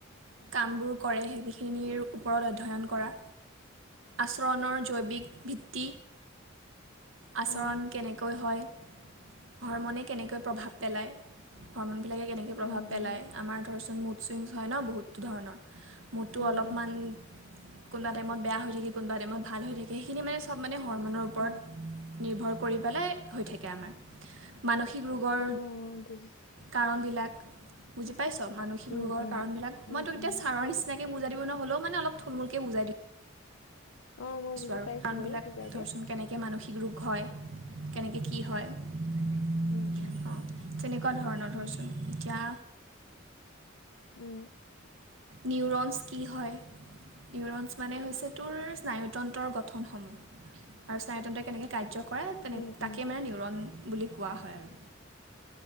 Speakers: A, on the right; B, on the left.
A: কামবোৰ কৰে সেইবিখিনিৰ ওপৰত অধ্যয়ন কৰা। আচৰণৰ জৈৱিক ভিত্তি আচৰণ
B: উম
A: কেনেকৈ হয়? হৰম'নে কেনেকৈ প্ৰভাৱ পেলায়, হৰম'নবিলাকে কেনেকে প্ৰভাৱ
B: উম
A: পেলায়
B: উম
A: আমাৰ ধৰচ মুড চুইংছ হয় ন' বহুত ধৰণৰ মুডটো
B: উম
A: অলপমান কোনবা টাইমত বেয়া হৈ থাকে, কোনবা টাইমত ভাল হৈ থাকে, সেইখিনি মানে চব মানে হৰম'নৰ ওপৰত
B: উম উম
A: নিৰ্ভৰ কৰি পেলাই হৈ থাকে আমাৰ, মানসিক ৰোগৰ
B: অ বুজিছো
A: কাৰণবিলাক বুজি পাইছ' মানসিক
B: উম
A: ৰোগৰ
B: উম
A: কাৰণ বিলাক,
B: উম
A: মই তোক এতিয়া
B: উম
A: ছাৰৰ নিচিনাকে বুজাই দিব নহ'লেও মানে অলপ থুলমূলকে বুজাই দি
B: অ মই বুজি
A: চোৱাৰো
B: পাইছো
A: কাৰণ
B: বাৰু
A: বিলাক
B: বুজাই দে
A: ধৰচোন কেনেকে মানসিক ৰোগ হয়, কেনেকে কি হয়? অ',
B: উম উম
A: তেনেকুৱা ধৰণৰ
B: উম
A: ধৰচোন এতিয়া
B: উম।
A: নিউৰন্স কি হয়? নিউৰন্স মানে হৈছে তোৰ স্নায়ুতন্ত্ৰৰ গঠনসমূহ। আৰু স্নায়তন্তই কেনেকে কাৰ্য কৰে তেনে
B: উম উম
A: তাকে মানে নিউৰণ বুলি কোৱা
B: <inaudible>
A: হয় আৰু